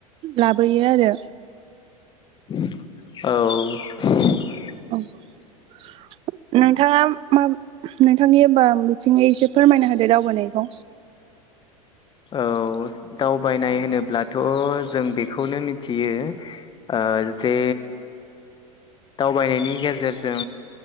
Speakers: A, on the right (about 30°); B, on the left (about 25°).
A: लाबोयो आरो।
B: औ।
A: <unintelligible> थाङा माब नोंथांनि बाब बिथिङै एसे फोरमायना होदो दावबायनायखौ।
B: औ दावबायनाय होनोब्लाथ जों बेखौनो मिथियो ओ जे दावबायनायनि गेजेरजों